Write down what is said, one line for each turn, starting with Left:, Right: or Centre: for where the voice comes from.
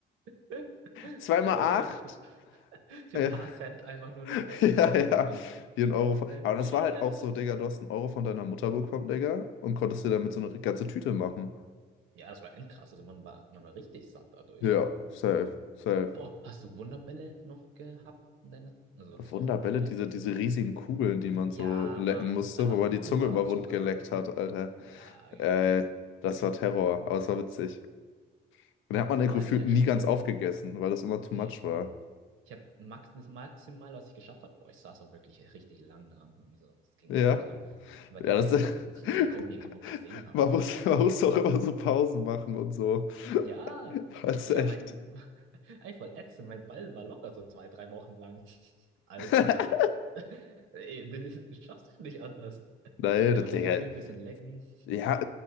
Right: <laughs>
Left: zweimal
Right: Irgendwie
Left: 8.
Right: so für, für
Left: Äh,
Right: ein paar Cent einfach nur
Left: <laughs>
Right: dann so,
Left: ja,
Right: ja, was
Left: ja.
Right: macht dann
Left: Hier ein Euro. Von,
Right: Cent?
Left: aber das
Right: Ja.
Left: war halt auch so, Digga, du hast einen Euro von deiner Mutter bekommen, Digga, und konntest dir damit so eine ganze Tüte machen.
Right: Ja, das war endkrass. Also man war, man war richtig satt dadurch.
Left: Ja, safe, safe.
Right: Boah, hast du Wunderbälle noch gehabt in deiner? Also hast
Left: Wunderbälle,
Right: du auch Wunderbälle
Left: diese,
Right: gegessen?
Left: diese riesigen Kugeln, die man
Right: Ja,
Left: so lecken
Right: Mann,
Left: musste,
Right: einfach
Left: wo man die Zunge
Right: purer
Left: immer
Right: Zucker.
Left: wund geleckt hat, Alter.
Right: Ja, genau.
Left: Äh, das war Terror, aber es war witzig. Und da hat man den
Right: Vor
Left: gefühlt
Right: allem in der
Left: nie
Right: Schule
Left: ganz aufgegessen,
Right: dann.
Left: weil das immer
Right: Nee.
Left: too much war.
Right: Ich habe max das Maximal, was ich geschafft habe. Boah, ich saß auch wirklich richtig lang dran. Irgendwie so, das ging
Left: Ja.
Right: auch schon echt lang. War die
Left: Ja,
Right: Hälfte,
Left: das <laughs>
Right: bis ich den kaum je überhaupt gesehen habe.
Left: man muss, man muss doch immer so Pausen machen und so. <laughs>
Right: Ja,
Left: Das
Right: Digga,
Left: ist echt.
Right: mein. <laughs> Eigentlich voll ätzend. Mein Ball war locker so zwei, drei Wochen lang <laughs> alt.
Left: <laughs>
Right: Also halt. <laughs> Ey, das das <laughs> schaffst du nicht anders.
Left: Nein,
Right: Immer
Left: das, Digga.
Right: wenn der früh ein bisschen lecken.
Left: Ja,